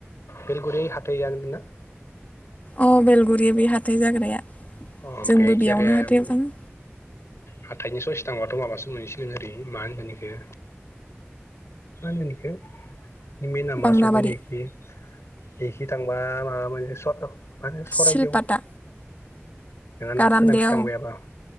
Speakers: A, on the left; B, on the left.
A: बेलगुरि हाथायानोमोन ना?
B: अ' बेलगुरि बे हाथाय जाग्राया।
A: अ'
B: जोंबो
A: बे
B: बेयावनो
A: गेरेम
B: हाथायाव थाङो
A: हाथाइनि ससे थांबाथ' माबासो मोनहैसिगोन ओरै मा होनगोन एखो मा होनगोन इखो म <unintelligible> नामा
B: बांनाबारि,
A: संखोनिखि एखि थांबा माबा मोनसे सदखाद माने सरायदेव
B: सिलपाता,
A: नोङाना
B: गारामदेव
A: सोनाबखि थांबायाबा।